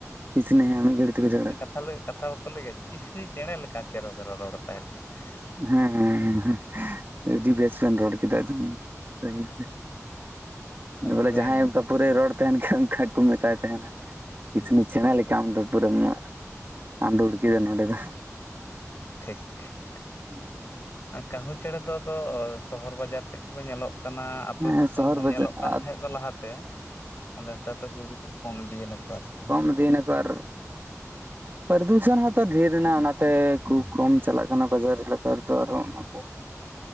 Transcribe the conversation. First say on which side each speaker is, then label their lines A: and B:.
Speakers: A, on the right (about 40°); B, on the left (about 45°).
A: ᱠᱤᱪᱱᱤ ᱦᱮ ᱢᱤᱫ ᱜᱷᱟᱹᱲᱤ ᱛᱮ ᱠᱚ ᱡᱷᱟᱜᱽᱟᱜᱼᱟ᱾
B: ᱛᱟᱦᱚᱞᱮ ᱠᱟᱛᱷᱟ ᱵᱟᱠᱚ ᱞᱟᱹᱭ ᱠᱟᱦ ᱠᱤᱥᱱᱤ ᱪᱮᱬᱮ ᱞᱮᱠᱟ ᱪᱮᱨᱚ ᱵᱮᱨᱚ ᱨᱚᱲ ᱛᱟᱭ <unintelligible>
A: ᱦᱮᱸᱻ ᱟᱰᱤ ᱵᱮᱥ ᱵᱮᱱ ᱨᱚᱲ ᱠᱮᱫᱟ ᱮᱠᱫᱚᱢ ᱜᱟᱦᱤᱨ ᱛᱮ᱾
B: ᱠᱟᱛᱷᱟ
A: ᱵᱚᱞᱮ
B: ᱫᱚ
A: ᱡᱟᱦᱟᱭ
B: ᱤᱱᱟᱹ
A: ᱚᱱᱠᱟ ᱯᱩᱨᱟᱹᱭ ᱨᱚᱲ ᱛᱟᱦᱮᱱ ᱠᱷᱟᱱ ᱚᱱᱠᱟ ᱠᱚ ᱢᱮᱛᱟᱭ ᱛᱟᱦᱮᱱᱟ ᱠᱤᱥᱱᱤ
B: ᱦᱩᱸ
A: ᱪᱮᱬᱮ ᱞᱮᱠᱟ ᱠᱟᱢ ᱫᱚ ᱯᱩᱨᱟᱹᱢ ᱟᱸᱫᱳᱲ ᱠᱮᱫᱟ ᱱᱚᱰᱮ ᱫᱚ᱾
B: ᱴᱷᱤᱠ
A: <inaudible>
B: ᱟ ᱠᱟᱦᱩ ᱪᱮᱬᱮ ᱫᱚ ᱫᱚ ᱥᱚᱦᱚᱨ ᱵᱟᱡᱟᱨ ᱥᱮᱫ ᱜᱮ ᱠᱚ ᱧᱮᱞᱚᱜ ᱠᱟᱱᱟ, ᱟᱛᱩ
A: ᱦᱮᱸ
B: ᱫᱤᱥᱚᱢ
A: ᱥᱚᱦᱚᱨ
B: ᱦᱚ
A: ᱵᱟᱡᱟᱨ
B: ᱧᱮᱞᱚᱜ ᱠᱟᱱ
A: ᱟᱨ
B: ᱛᱟᱦᱮᱫ ᱫᱚ ᱞᱟᱦᱟᱛᱮ᱾ ᱟᱫᱚ ᱱᱮᱛᱟᱨ ᱫᱚ ᱵᱟᱹᱭ ᱵᱟᱹᱭ ᱛᱮ ᱠᱚᱢ ᱤᱫᱤᱭᱮ ᱱᱟᱠᱚ ᱟᱨᱠᱤ᱾
A: ᱠᱚᱢ ᱤᱫᱤᱭᱱᱟᱠᱚ ᱟᱨ ᱯᱨᱚᱫᱩᱥᱚᱱ ᱦᱚ ᱛᱚ ᱰᱷᱮᱨ ᱮᱱᱟ ᱚᱱᱟ ᱛᱮ ᱠᱩ ᱠᱚᱢ ᱪᱟᱞᱟᱜ ᱠᱟᱱᱟ ᱵᱟᱡᱟᱨ ᱮᱞᱟᱠᱟ ᱨᱮᱫᱚ ᱟᱨᱦᱟ ᱚᱼᱱᱟ᱾
B: <inaudible>